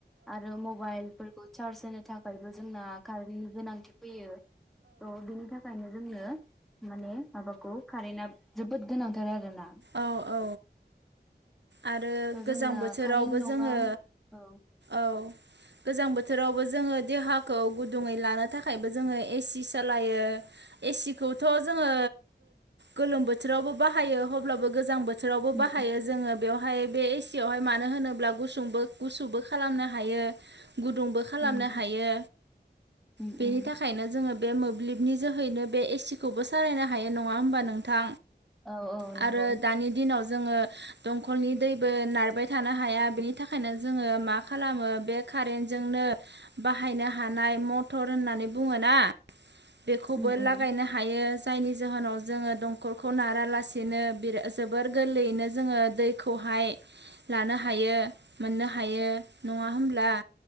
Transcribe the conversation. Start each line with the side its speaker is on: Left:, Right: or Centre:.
Centre: आरो मबाइलफोरखौ चार्ज होनो थाखायबो जोंना कारेन्टनि गोनांथि फैयो। त' बिनि थाखायनो जोंनो माने माबाखौ कारेन्टआ जोबोद गोनांथार आरो ना
Right: औ औ आरो
Centre: थ' जोंना
Right: गोजां बोथोर
Centre: कारेन्ट
Right: थोरावबो
Centre: नङा
Right: जोंङो
Centre: औ
Right: औ गोजां बोथोरावबो जोङो देहा खौ गुदुङै लानो थाखायबो जोङो एसि सालायो एसि खौथ जोङो गोलोम बोथोरावबो बाहायो अब्लाबो गोजां बोथ- थोरावबो
Centre: उम
Right: बाहायो
Centre: उम
Right: जोङो बेयाव हाय बे एसि आवहाय मानो होनोब्ला गुसुंबो गुसुबो खालामनो हायो। गुदुंबो खालामनो
Centre: उम
Right: हायो
Centre: उम
Right: बेनि
Centre: उम
Right: थाखायनो जोङो बे मो ब्लिबनि जोहैनो बे एसि खौबो सालायनो हायो नङा होमबा नोंथां।
Centre: औ औ
Right: आरो
Centre: नंगौ
Right: दानि दिनाव जोङो दंखलनि दैबो नारबाय थानो हाया बेनि थाखायनो जोङो मा खालामो बे कारेन्टजोंनो बाहायनो हानाय मटर होननानै बुङो ना बेखौबो
Centre: उम उम
Right: लागायनो हायो जायनि जाहोनाव जोंङो दंखलखौ नारालासि <unintelligible> जोबोर गोरलैयैनो जोङो दैखौहाय लानो हायो मोननो हायो। नङा होमब्ला
Centre: औ